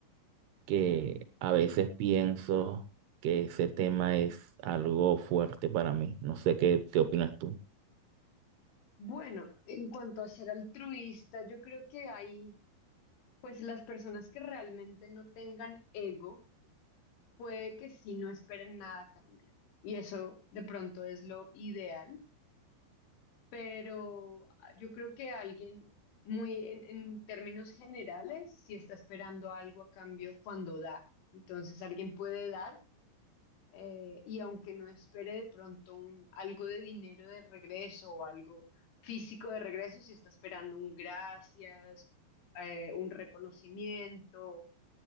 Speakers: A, on the right; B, on the left.
A: que a veces pienso que ese tema es algo fuerte para mí. No sé qué, qué opinas tú.
B: Bueno, en cuanto a ser altruista, yo creo que hay Pues las personas que realmente no tengan ego, puede que sí no esperen nada a cambio. Y eso de pronto es lo ideal, pero ah, yo creo que alguien muy en, en términos generales sí está esperando algo a cambio cuando da. Entonces alguien puede dar eh, y aunque no espere de pronto un, algo de dinero de regreso o algo físico de regreso, si está esperando un gracias, eh, un reconocimiento